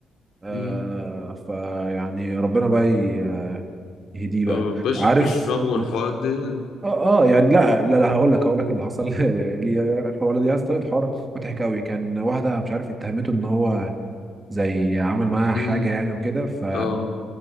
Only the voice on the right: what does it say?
آه
فيعني ربنا بقى ي- يهديه بقى
عارف
آه،
اه اه يعني لا لا لا هقول لك هقول لك ايه اللي حصل <laughs> لي- هو يا اسطى الحوار مضحك قوي كان واحده مش عارف اتهمته ان هو زي عمل معاها
حاجه يعني وكده ف